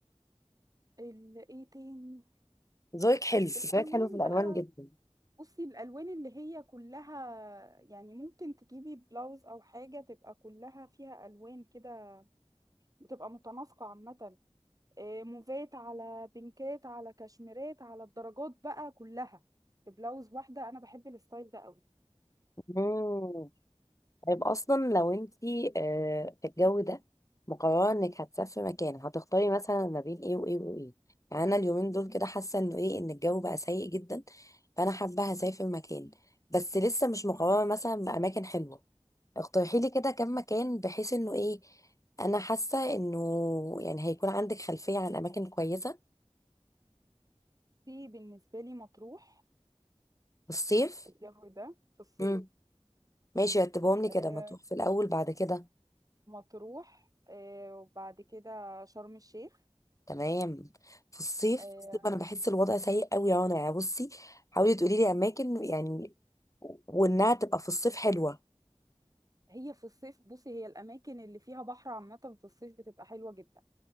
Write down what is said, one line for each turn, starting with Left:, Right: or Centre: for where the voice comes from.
Right: ال- ايه تاني
Left: ذوقك حلو ذوقك
Right: الالوان
Left: حلو في الالوان
Right: بقى
Left: جدا
Right: بصي الالوان اللي هي كلها يعني ممكن تجيبي بلاوز او حاجه تبقى كلها فيها الوان كده بتبقى متناسقه عامه آه، موفات على بينكات على كشميرات على الدرجات بقى كلها في بلاوز واحدة أنا بحب الستايل ده قوي
Left: مم. طيب اصلا لو انتي آه، في الجو ده مقرره انك هتسافري مكان هتختاري مثلا ما بين ايه وايه وايه يعني انا اليومين دول كده حاسه انه ايه ان الجو بقى سيء جدا فانا حابه هسافر مكان بس لسه مش مقرره مثلا باماكن حلوه اقترحي لي كده كم مكان بحيث انه ايه انا حاسه انه يعني هيكون عندك خلفيه عن اماكن كويسه
Right: في بالنسبة لي مطروح
Left: والصيف
Right: الجو ده في الصيف
Left: امم ماشي رتبهم لي
Right: آه،
Left: كده ما تروح في الاول بعد كده
Right: مطروح آه، وبعد كده شرم الشيخ
Left: تمام في الصيف
Right: آه،
Left: في الصيف انا بحس الوضع سيء قوي يا رنا يعني بصي حاولي تقولي لي اماكن يعني وانها تبقى في الصيف حلوه
Right: هي في الصيف بصي هي الأماكن اللي فيها بحر عامة في الصيف بتبقى حلوة جدا